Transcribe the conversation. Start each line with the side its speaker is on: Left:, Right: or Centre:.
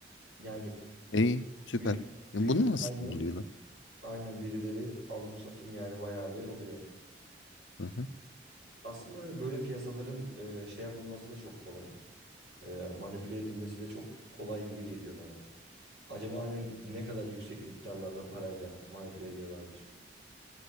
Right: Yani
Left: İyi süper.
Right: büyük, büyük
Left: E, bunu
Right: ihtimalle
Left: nasıl buluyorlar?
Right: aynen birileri alım satım yani bayağı bir oluyor.
Left: Hı hı.
Right: Aslında hani böyle piyasaların e, şey yapılması da çok kolay. E, Manipüle edilmesi de çok kolay gibi geliyor bana. Acaba hani ne kadar yüksek miktarlarda parayla manipüle ediyorlardır?